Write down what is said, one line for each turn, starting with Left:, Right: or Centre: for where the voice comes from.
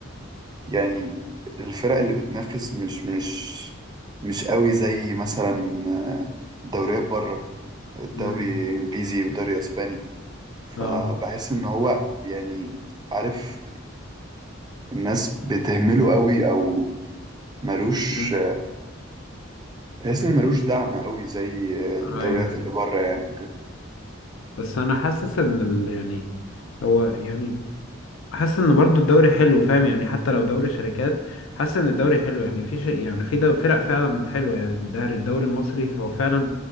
Right: يعني الفرق اللي بتنافس مش مش مش قوي زي مثلا دوريات بره الدوري
Left: امم
Right: انجليزي والدوري اسباني فبحس
Left: اه
Right: ان هو يعني عارف الناس بتهمله قوي او ملوش
Left: امم
Right: بحس ان ملوش دعم قوي زي
Left: ايوه
Right: الدوريات اللي بره يعني وكده
Left: بس انا حاسس ان ال- يعني هو يعني حاسس ان برضو الدوري حلو فاهم يعني حتى لو دوري شركات حاسس ان الدوري حلو يعني في شيء يعني في دو فرق فعلا حلوه يعني الدهر- الدوري المصري هو فعلا